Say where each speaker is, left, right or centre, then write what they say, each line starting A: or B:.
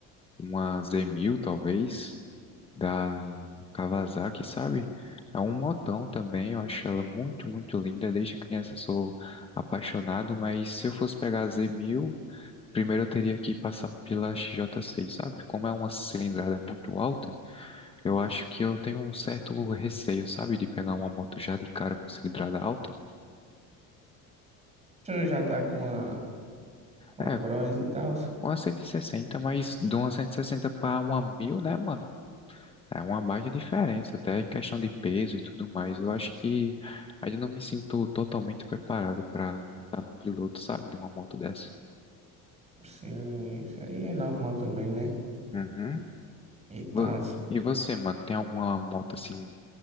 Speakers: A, on the left; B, on the right.
A: uma z mil talvez, da Kawasaki, sabe? É um motão também, eu acho ela muito, muito linda. Desde criança eu sou apaixonado, mas se eu fosse pegar a z mil primeiro eu teria que passar pela xj seis sabe? Como é uma cilindrada muito alta, eu acho que eu tenho um certo receio, sabe? De pegar uma moto já de cara com cilindrada alta.
B: tu não já tá com a, com
A: É,
B: a Bros e tal?
A: com a 160, mas de uma 160 para uma 1000 né, mano? É uma baita diferença, até em questão de peso e tudo mais. Eu acho que ainda não me sinto totalmente preparado para estar num piloto, sabe, de uma moto dessa.
B: Sim, isso aí é normal também, né?
A: Uhum.
B: E
A: Vo-
B: tal.
A: E você, mano, tem alguma moto assim,